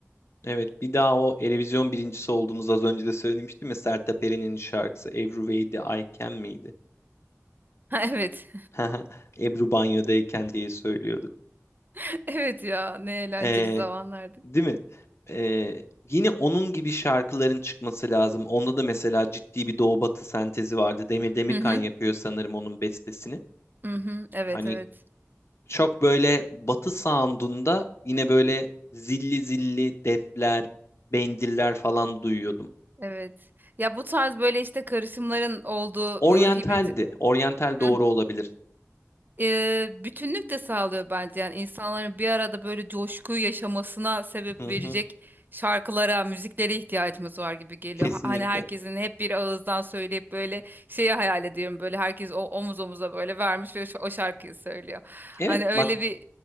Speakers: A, on the left; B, on the right.
A: Evet bir daha o Erevizyon birincisi olduğumuz az önce de söylemiştim ya Sertab Erener'in şarkısı Every Way That I Can miydi?
B: Ha, Evet.
A: <laughs> Ebru banyodayken diye söylüyorduk.
B: <laughs> Evet ya ne eğlenceli
A: Ee,
B: zamanlardı.
A: değil mi? Ee, yine onun gibi şarkıların çıkması lazım. Onda da mesela ciddi bir doğu batı sentezi vardı. Demir Demirkan
B: Hı hı.
A: yapıyor sanırım onun bestesini.
B: Hı hı. Evet
A: Hani
B: evet.
A: çok böyle batı sound'unda yine böyle zilli zilli defler, bendiller falan duyuyordum.
B: Evet. Ya bu tarz böyle işte karışımların olduğu
A: Oryantaldi.
B: e, hibrit
A: Oryantal
B: <laughs>
A: doğru olabilir.
B: e, bütünlük de sağlıyor bence. Yani insanların bir arada böyle coşkuyu yaşamasına sebep
A: Hı
B: verecek
A: hı,
B: şarkılara, müziklere ihtiyacımız var gibi geliyor.
A: kesinlikle.
B: Ha- Hani herkesin hep bir ağızdan söyleyip böyle şeyi hayal ediyorum. Böyle herkes o omuz omuza böyle vermiş ve şa- o şarkıyı söylüyor.
A: Evet
B: Hani öyle
A: bak
B: bir